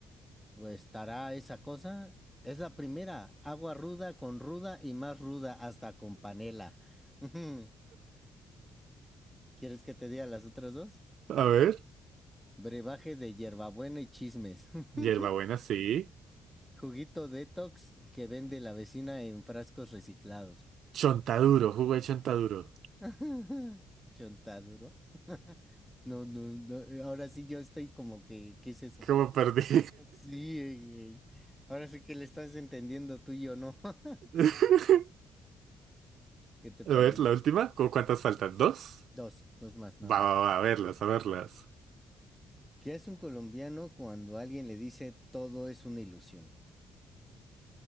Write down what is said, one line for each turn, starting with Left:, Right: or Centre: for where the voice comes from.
Centre: Pues estará esa cosa. Es la primera, agua ruda con ruda y más ruda hasta con panela. Ujú. ¿Quieres que te diga las otras dos?
Right: A ver.
Centre: Brebaje de hierbabuena y chismes. <laughs>
Right: Hierbabuena, sí.
Centre: Juguito detox que vende la vecina en frascos reciclados.
Right: Chontaduro, jugo de chontaduro.
Centre: <laughs> Chontaduro. <laughs> No, no, no. Ahora sí yo estoy como que, ¿qué es eso?
Right: ¿Cómo perdí?
Centre: Sí, güey. Ahora sí que le estás entendiendo tú y yo, ¿no? <laughs>
Right: <laughs>
Centre: ¿Qué te parece?
Right: A ver, la última. ¿Cu- ¿Cuántas faltan? ¿Dos?
Centre: Dos, dos más, nada
Right: Va,
Centre: más.
Right: va, va, a verlas, a verlas.
Centre: ¿Qué es un colombiano cuando alguien le dice todo es una ilusión?